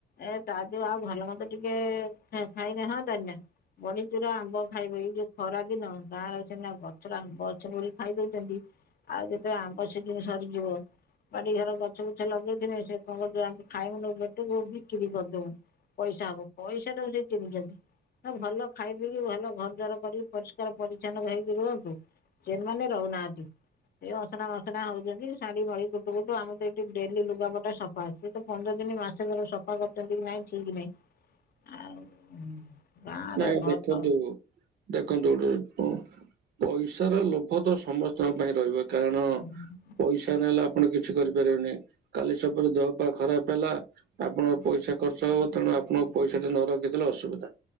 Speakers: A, on the left; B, on the right.
A: ଏ ତାଦଉ ଆଉ ଭଲ ମତେ ଟିକେ ଖାଇଲେ ହଁ ତନି ନା। ବଡିଚୁରା ଆମ୍ବ ଖାଇବେ ଏଇ ଯୋଉ ଖରା ଦିନ ଗାଁରେ ଅଇଁଛା ଗଛରେ ଆମ୍ୱ ଅଛିବୋଲି ଖାଇଦଉଛନ୍ତି। ଆଉ ଯେତବେଳେ ଆମ୍ବ ସିଜିନି୍ ସରିଯିବ। ବାଡି ଘରେ ଗଛ ବୁଛ ଲଗେଇଥିଲେ ସେ କଣ ତୁ ଖାଇବୁନୁ ପେଟକୁ ବିକ୍ରି କରିଦବୁ। ପଇସା ହବ ପଇସା ଟାକୁ ସେ ଚିନ୍ନିଛନ୍ତି। ହ ଭଲ ଖାଇ ପିି କି ଭଲ ଘରଦ୍ଵାରା କରିକି ପରିଷ୍କାର ପରିଛନ୍ନ ହେଇକି ରୁହନ୍ତୁ। ସେମାନେ ରହୁନାହାନ୍ତି ସେ ଅସନା ମସନା ହଉଛନ୍ତି ଶାଢୀ ମଳି ଗୁଟୁ ଗୁଟୁ ଆମ ତ ଏଇଠି ଡେଲି ଲୁଗାପଟା ସଫା ସେ ତ ପନ୍ଦର ଦିନି ମାସେ କରେ ସଫା କରଛନ୍ତି କି ନାଇଁ ଠିକ ନାଇଁ। ଆଉ ଗାଁର
B: ନା ଇଦେଖନ୍ତୁ
A: ଭଲ
B: ଦେଖନ୍ତୁ ଗୋଟେ ପଇସାର ଲୋଭ ତ ସମସ୍ତଙ୍କ ପାଖରେ ରହିବ କାରଣ
A: <unintelligible>
B: ପଇସା ନହେଲେ ଆପଣ କିଛି କରିପାରିବେନି କାଲି ସକାଳେ ଦେହ ଫେହ ଖରାପ ହେଲା ଆପଣଙ୍କ ପଇସା ଖର୍ଚ୍ଚ ହବ ତେଣୁ ଆପଣଙ୍କୁ ପଇସା ଟା ନ ରଖିଥିଲେ ଅସୁବିଧା।